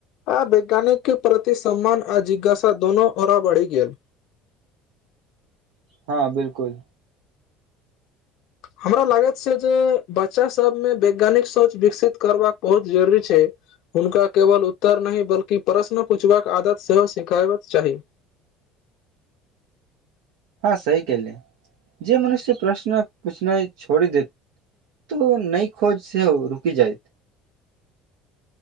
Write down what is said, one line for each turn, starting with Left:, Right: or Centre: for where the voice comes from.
Left: आ वैज्ञानिक के प्रति सम्मान आ जिज्ञासा दोनो औरा बढ़ि गेल
Right: हाँ बिलकुल
Left: हमरा लागैत छैय जेय बच्चा सबमे वैज्ञानिक सोच विकसित करबाक बहुत जरुरी छैय हुनका केवल उत्तर नहि बल्कि प्रश्न पूछबाक आदत सेहो सिखाब चाही
Right: हाँ सही केल्हि जे मनुष्य प्रश्न पूछनाइ छोड़ी देत तो नइ खोज से हो रुकि जायत